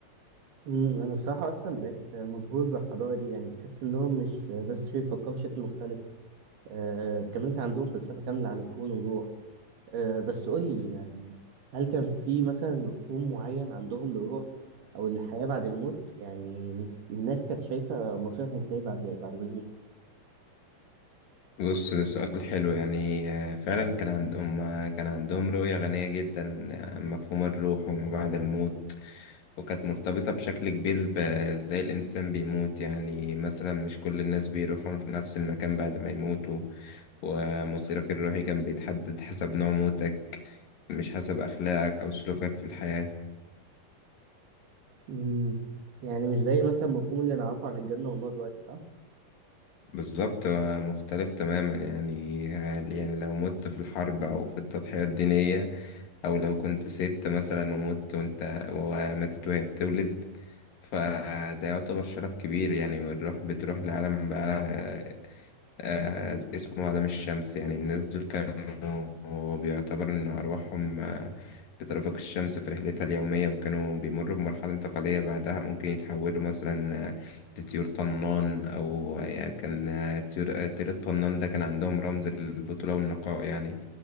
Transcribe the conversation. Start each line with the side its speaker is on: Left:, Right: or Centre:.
Right: مم، انا بصراحة اصلا بقيت مبهور بالحضارة دي يعني تحس انهم مش بس بيفكروا بشكل مختلف آه، كمان كان عندهم فلسفة كاملة عن الكون والروح آه، بس قولي يعني هل كان في مثلا مفهوم معين عندهم للروح او الحياة بعد الموت يعني الناس كانت شايفة مصيرها ازاي بعد بعد ما يموتوا
Left: بص ده سؤال حلو يعني آه، فعلا كان عندهم كان عندهم رؤية غنية جدا عن مفهوم الروح وما بعد الموت وكانت مرتبطة بشكل كبير بإزاي الإنسان بيموت يعني مثلا مش كل الناس بيروحوا في نفس المكان بعد ما يموتوا ومصيرك الروحي كان بيتحدد حسب نوع موتك مش حسب أخلاقك أو سلوكك في الحياة
Right: مم. يعني مش زي مثلا المفهوم اللي نعرفه عن الجنة والنار دلوقتي صح؟
Left: بالظبط آه، مختلف تماما يعني آه، يعني لو مت في الحرب أو في التضحية الدينية او لو كنت ست مثلا ومت وانت وماتت وهي بتولد فده يعتبر شرف كبير يعني والروح بتروح لعالم بقى آه، اسمه عالم الشمس يعني الناس دول كانوا بيعتبر إن أرواحهم آه، بترافق الشمس في رحلتها اليومية وكانوا بيمروا بمرحلة انتقالية بعدها ممكن يتحولوا مثلا آه، لطيور طنان أو آه، يعني كان آه، طيور آه، طير الطنان ده كان عندهم رمز البطولة والنقاء يعني